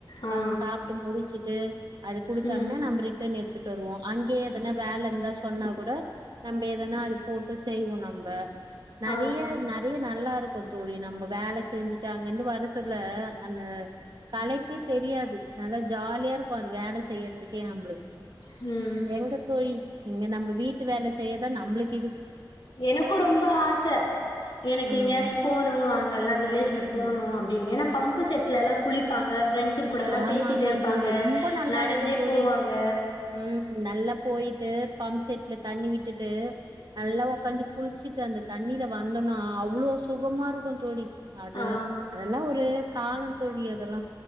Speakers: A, on the left; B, on the right.
A: ஆ
B: அவங்க சாப்ட்டு முடிச்சிட்டு அது குடுத்தாங்கன்னா
A: ம்
B: நம்ம ரிட்டன் எட்த்துட்டு வருவோ அங்கேயே எதனா வேல இந்தா சொன்னா கூட நம்ம எதனா அது போட்டு செய்வோ நம்ப நறைய
A: ஆ
B: ந நறைய நல்லா இருக்கு தோழி நம்ம வேல செஞ்சுட்டு அங்க இருந்து வர சொல்ல அந்த களைப்பே தெரியாது நல்லா ஜாலியா இருக்கு அது வேலை செய்யற்துக்கே நம்மளுக்
A: ம்
B: எங்க தோழி இங்க நம்ம வீட்டு வேல செய்யதா நம்பளுக்
A: எனக்கு ரொம்ப ஆச எனக்கு
B: ம்
A: எங்கேயாச்சு போணு அங்கல்லா வில்லேஜ்ல போணு
B: ம்
A: அப்டின்னு ஏன்னா பம்பு செட் த்துல எல்லா குளிப்பாங்க ஃப்ரெண்ட்ஸ்ங்க கூடல்லா
B: ஆமா
A: பேசிட்டு
B: ஆமா
A: இருப்பாங்க
B: தோழி ரொம்ப நல்லா
A: நடந்தே
B: இருக்கு தோழி
A: போவாங்க
B: ம் நல்லா போய்ட்டு பம் செட்ல தண்ணி விட்டுட்டு நல்லா உக்காஞ்சி குளிச் வச்சிட்டு அந்த தண்ணில வந்தோன்னா அவ்ளோ சுகமா இருக்கு தோழி அது
A: ஆ
B: அத எல்லா ஒரு காலோ தோழி அதெல்லா